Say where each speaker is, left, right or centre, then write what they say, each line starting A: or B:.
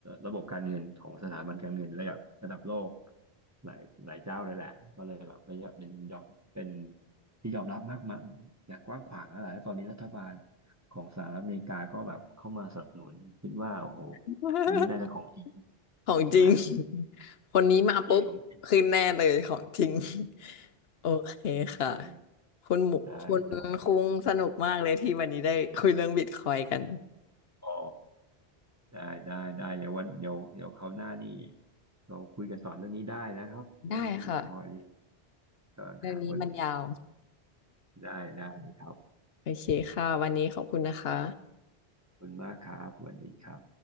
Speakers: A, on the right; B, on the left.
A: ระบบการเงินของสถาบันการเงินระดับระดับโลกหลายหลายเจ้าเลยแหละก็เลยแบบระยะเป็นยอมเป็นที่ยอมรับมากมายอย่างกว้างขวางอะไรแล้วตอนนี้รัฐบาลของสหรัฐอเมริกาก็แบบเข้ามาสนับสนุนคิดว่าโอ้โห
B: <laughs>
A: อันนี้น่าจะของจริง
B: ของจริง
A: ใช่ไหม
B: <laughs> คนนี้มาปุ๊บขึ้นแน่เลยของจริง
A: จริงของจริง
B: <laughs> โอเคค่ะ
A: จริง
B: คุณหมูคุณคุงสนุกมากเลยที่วันนี้ได้คุยเรื่องบิตคอยน์กัน
A: ได้ได้อ๋อได้ได้ได้เดี๋ยววันเดี๋ยวเดี๋ยวคราวหน้านี่เราคุยกันต่อเรื่องนี้ได้นะครับเรื่องบิตคอยนี่
B: ได้ค่ะ
A: กำลังหาคน
B: เรื่องนี้มันยาว
A: <laughs> ได้ได้ครับ
B: โอเคค่ะวันนี้ขอบคุณนะคะ
A: คุณมากครับสวัสดีครับ